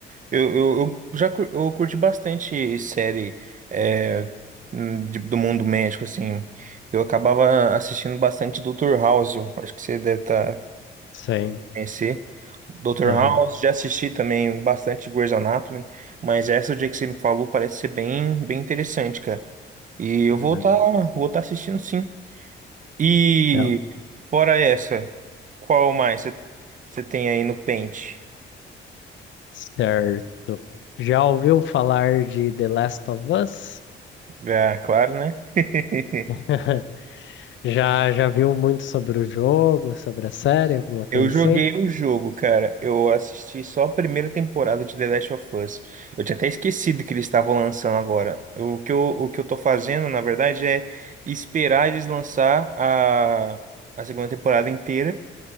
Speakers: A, on the right (about 40°); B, on the left (about 70°).
A: Eu, eu, eu já cur- eu curti bastante série é, hum, de- do mundo médico, assim. Eu acabava assistindo bastante Doutor House, eu acho que você deve tá,
B: Sim.
A: conhecer. Doutor
B: Aham.
A: House, já assisti também bastante Grey's Anatomy, mas essa o dia que você me falou parece ser bem, bem interessante, cara. E eu
B: Ela-
A: vou estar vou tá assistindo sim. E
B: ela-
A: fora essa, qual mais você você tem aí no pente?
B: Certo. Já ouviu falar de The Last of Us?
A: Ah, claro, né? <laughs>
B: <laughs> Já, já viu muito sobre o jogo, sobre a série, alguma coisa
A: Eu joguei
B: assim?
A: o jogo, cara. Eu assisti só a primeira temporada de The Last of Us. Eu tinha até esquecido que eles estavam lançando agora. O que eu, o que eu tô fazendo, na verdade, é esperar eles lançar a, a segunda temporada inteira.